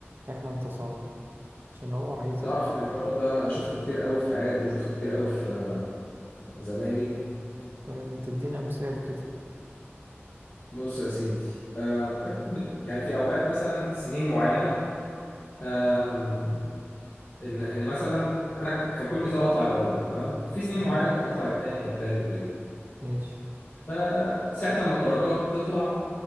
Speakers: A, on the right; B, on the left.
A: احنا انتصرت عشان هو عايزك
B: تعرف
A: كده
B: ان الحوار ده انا شفته كتير قوي في حياتي وشفته كتير قوي في زمايلي
A: طيب ما تدينا مثال كده
B: بص يا سيدي آه <laughs> كان في اوقات مثلا سنين معينه آم، ان ان مثلا انا ك- كان كل سنه بطلع الاول تمام في سنين
A: تمام
B: معينه كنت بطلع الثاني او الثالث وكده
A: ماشي
B: فساعة لما الدرجات تطلع